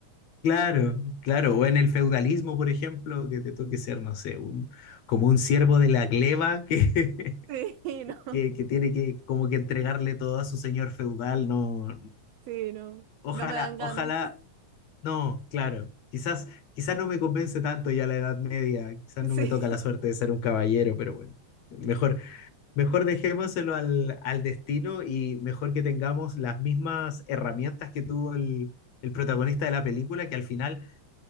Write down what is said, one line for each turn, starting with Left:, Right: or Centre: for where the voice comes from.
Left: Claro, claro, o en el feudalismo, por ejemplo, que te toque ser, no sé, un, como un siervo de la gleba que,
Right: Sí,
Left: <laughs>
Right: no.
Left: que, que tiene que como que entregarle todo a su señor feudal, no,
Right: Sí, no.
Left: ojalá,
Right: No me dan ganas.
Left: ojalá,
Right: <laughs>
Left: no, claro, quizás, quizás no me convence tanto ya la Edad Media, quizás no
Right: Sí.
Left: me toca la suerte de ser un caballero, pero bueno, mejor, mejor dejémoselo al, al destino y mejor que tengamos las mismas herramientas que tuvo el el protagonista de la película, que al final